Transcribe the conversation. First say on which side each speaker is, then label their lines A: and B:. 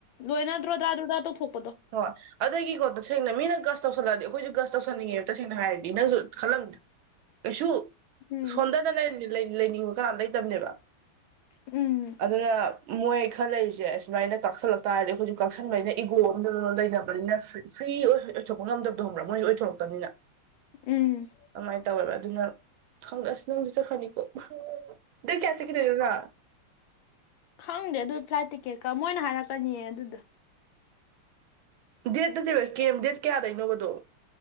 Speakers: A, on the left; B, on the right.
A: ꯂꯣꯏꯅꯗ꯭ꯔꯣ ꯇ꯭ꯔꯥ ꯗ꯭ꯔꯣꯗ꯭ꯔꯥ ꯇꯊ
B: ꯑꯣ ꯑꯗꯒꯤꯀꯣ ꯇꯁꯦꯡꯅ ꯃꯤꯅ ꯒꯁ ꯇꯧꯁꯜꯂꯛꯑꯗꯤ ꯑꯩꯈꯣꯏꯁꯨ ꯒꯁ ꯇꯧꯁꯟꯅꯤꯡꯉꯦꯕ ꯇꯁꯦꯡꯅ ꯍꯥꯏꯔꯗꯤ ꯅꯪꯁꯨ ꯈꯜꯂꯝꯕꯅꯤ ꯀꯩꯁꯨ
A: ꯎꯝ
B: ꯁꯣꯟꯗꯗ ꯂꯩꯅꯤꯡꯕ ꯀꯅꯥꯝ ꯂꯩꯇꯕꯅꯦꯕ
A: ꯎꯝ
B: ꯑꯗꯨꯅ ꯃꯣꯏ ꯈꯔ ꯂꯩꯔꯤꯁꯦ ꯁꯨꯃꯥꯏꯅ ꯀꯥꯛꯁꯜꯂꯛ ꯇꯥꯔꯗꯤ ꯑꯩꯈꯣꯏꯁꯨ ꯀꯛꯁꯟꯕꯅ ꯏꯒꯣ ꯂꯩꯅꯕꯅꯤꯅ ꯐ꯭ꯔꯤ ꯑꯣꯏꯊꯣꯛꯄ ꯉꯝꯗꯕꯗꯣꯕ꯭ꯔꯥ ꯃꯣꯏꯁꯨ ꯑꯣꯏꯊꯣꯔꯛꯇꯕꯅꯤꯅ
A: ꯎꯝ
B: ꯑꯗꯨꯃꯥꯏꯅ ꯇꯧꯋꯦꯕ ꯑꯗꯨꯅ ꯈꯪꯗꯑꯁ ꯅꯪꯗꯤ ꯆꯠꯈ꯭ꯔꯅꯤꯀꯣ ꯗꯩ ꯀꯌꯥ ꯆꯠꯈꯤꯗꯣꯏꯅꯣꯅ
A: ꯈꯪꯗꯦ ꯑꯗꯨ ꯐ꯭ꯂꯥꯏꯠ ꯇꯤꯛꯀꯦꯠꯀ ꯃꯣꯏꯅ ꯍꯥꯏꯔꯛꯀꯅꯤꯌꯦ ꯑꯗꯨꯗ
B: ꯗꯦꯠꯇꯗꯤ ꯀꯦꯝ ꯗꯦꯠ ꯀꯌꯥꯗꯩꯅꯣꯕꯗꯣ